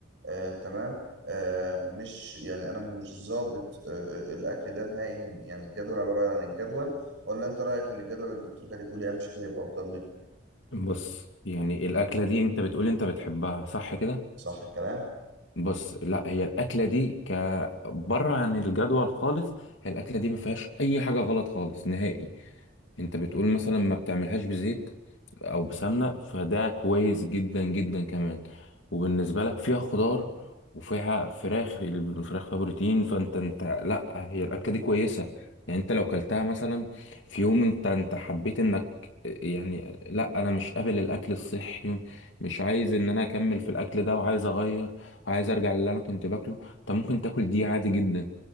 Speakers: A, on the right; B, on the left.
A: آه، تمام آه، مش يعني انا مش ظابط آه، آه، الاكل ده نهائي من- يعني الجدول انا ببعد عن الجدول ولا انت رايك ان الجدول اللي الدكتور كاتبه لي امشي بيه هيبقى افضل لي
B: بص يعني الأكلة دي انت بتقول انت بتحبها صح كده
A: صح الكلام
B: بص لا هي الاكله دي كبره عن الجدول خالص هي الاكله دي ما فيهاش اي حاجه غلط خالص نهائي انت بتقول مثلا ما بتعملهاش بزيت او بسمنه فده كويس جدا جدا كمان وبالنسبه لك فيها خضار وفيها فراخ الفراخ فيها بروتين فانت انت لا هي الاكله دي كويسه يعني انت لو كلتها مثلا في يوم انت انت حبيت انك يعني لا انا مش قابل الاكل الصحي مش عايز ان انا اكمل في الاكل ده وعايز اغير عايز ارجع للي انا كنت باكله طب ممكن تاكل دي عادي جدا